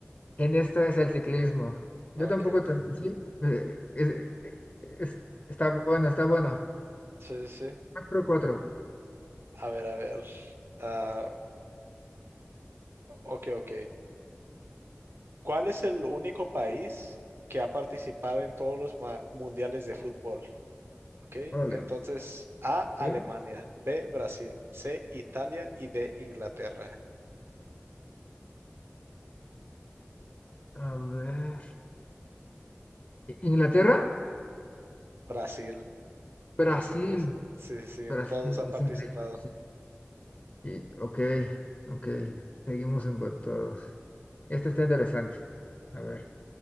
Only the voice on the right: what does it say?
Ok,
ok.
Sí, sí. sí.
A ver, a ver. Ah, ok, ok. ¿Cuál es el único país que ha participado en todos los ma- mundiales de fútbol? Ok,
entonces A, Alemania,
B, Brasil, C, Italia y D, Inglaterra.
Brasil,
Brasil, Brasil. Sí, sí, sí, en
todos
ha participado.